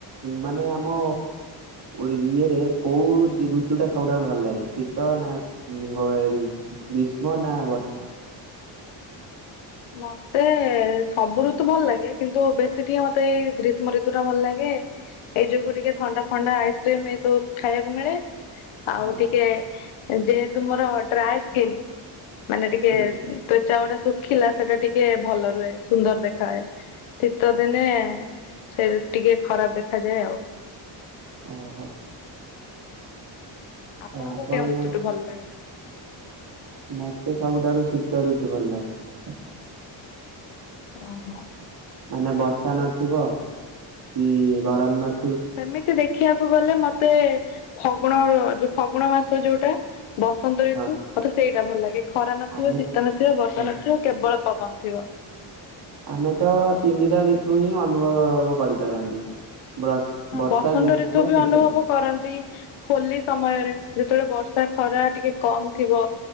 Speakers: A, on the right; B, on the left.
A: ମାନେ ଆମ ଓଡ଼ି ଇଏରେ କୋଉ ଦି ଋତୁ ଟା ସବୁଠୁ ଭଲ ଲାଗେ ଶୀତ ନା <unintelligible> ଗ୍ରୀଷ୍ମ ନା ବର୍ଷା।
B: ମତେ ସବୁ ଋତୁ ଭଲ ଲାଗେ। କିନ୍ତୁ ବେଶୀ ଟିକେ ମତେ ଏଇ ଗ୍ରୀଷ୍ମ ଋତୁ ଟା ଭଲ ଲାଗେ। ଏଇ ଯୋଗୁ ଟିକେ ଥଣ୍ଡା ଥଣ୍ଡା ଆଇସ୍କ୍ରିମ ଏଇ ସବୁ ଖାଇବାକୁ ମିଳେ। ଆଉ
A: ହଁ
B: ଟିକେ ଯେହେତୁ ମୋର ଡ୍ରାଏ ସ୍କିନ ମାନେ ଟିକେ
A: ହୁଁ।
B: ତ୍ୱଚା ଶୁଖିଲା ସେଟା ଟିକେ ଭଲ ରୁହେ ସୁନ୍ଦର ଦେଖା ହଏ। ଶୀତ ଦିନେ ସେ ଟିକେ ଖରାପ ଦେଖାାଯାଏ ଆଉ।
A: ଓହୋ
B: ଆପଣଙ୍କୁ
A: ଆଉ ଆପଣ
B: କେଉଁ ଋତୁ ଟୁ ଭଲ ଲାଗେ?
A: ମତେ ସବୁଠାରୁ ଶୀତ ଋତୁ ଭଲ ଲାଗେ।
B: ଓହୋ
A: ମାନେ ବର୍ଷା ନଥିବ ଉଁ ଗରମ ନ
B: ସେମିତି ଦେଖିବାକୁ ଗଲେ ମତେ ମତେ ଫଗୁଣ ଫଗୁଣ ମାସ ଯୋଉଟା ବସନ୍ତ ଋତୁ
A: ହଁ
B: ମତେ ସେଇ ଖରା ନଥିବ
A: ଆମେ
B: ଶୀତ ନଥିବ ବର୍ଷା
A: ହଁ
B: ନଥିବ କେବଳ ପବନ ଥିବ।
A: ଆମେ ତ ତିନିଟା ଋତୁ ହିଁ ଅନୁଭବ କରିପାରନ୍ତି। ବ୍ରସ୍
B: ଅଁ
A: ବର୍ଷା
B: ବସନ୍ତ
A: ଗ୍ରୀଷ୍ମ
B: ଋିତୁ ବି
A: ଶୀତ
B: ଅନୁଭବ କରନ୍ତି ହୋଲି ସମୟରେ ଯେତେବେଳେ ବର୍ଷ ସେ ଖରା ଟିକେ କମ୍ ଥିବ।